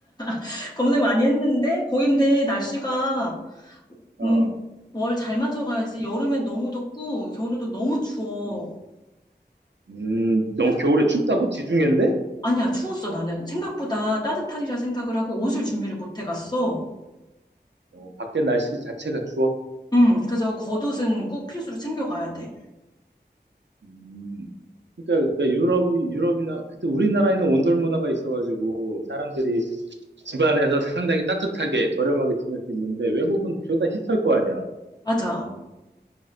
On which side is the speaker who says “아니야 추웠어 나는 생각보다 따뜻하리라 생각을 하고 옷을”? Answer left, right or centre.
Left